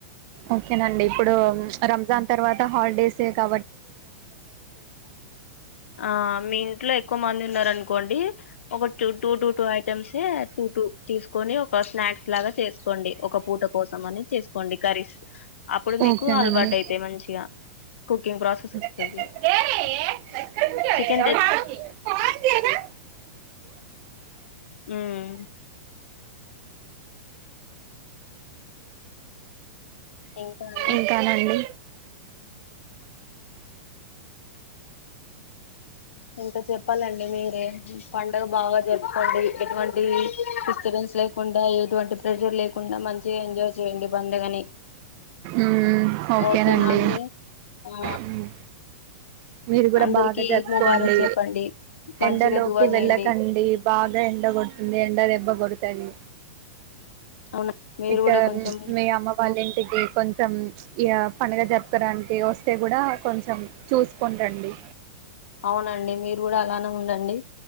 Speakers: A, on the right; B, on the left.
A: ఓకేనండి ఇప్పుడు రంజాన్ తర్వాత హాలిడేస్ ఏ క
B: ఆ మీ ఇంట్లో ఎక్కువ మంది ఉన్నారనుకోండి ఒక two two two two items two two తీసుకు కొని ఒక స్నాక్స్ లాగా చేసుకోండి ఒక పూట కోసం అని చేసుకోండి కర్రీస్ అప్పుడు మీకు
A: ఓకేనండి
B: అలవాటు అయితాయ్ మంచిగా కుకింగ్ ప్రాసెస్ వస్తది
A: <unintelligible>
B: చికెన్ హుమ్మ్ ఇంకా అండి
A: ఇంకానండి
B: ఇంకా చెప్పాలండి మీరే. పండగ బాగా జరుపుకోండి ఎటువంటి డిస్టర్బెన్స్ లేకు కుండా ఎటువంటి ప్రెజర్ లేకుండా మంచిగా ఎంజాయ్ చేయండి పండుగని.
A: ఉమ్ ఓకేనండి
B: ఓకేనా అండి ఆ
A: ఉమ్ మీరు కూడా
B: అందరికి
A: బాగా జరుపుకోండి.
B: ముబారక్ చెప్పండి మంచిగా
A: ఎండలోకి
B: దువా చేయండి
A: వెళ్ళకండి, బాగా ఎండ కొడుతుంది. ఎండ దెబ్బ కొడుతుంది
B: అవునా మీరు
A: ఇక్కడ
B: కూడా కొంచెం
A: మీ అమ్మ వాళ్ళింటికి కొంచం ఇ పండుగ జరుపుకోడానికి వస్తే కూడా కొంచెం చూసుకోంరండి
B: అవునండి మీరు కూడా అలానే ఉండండి.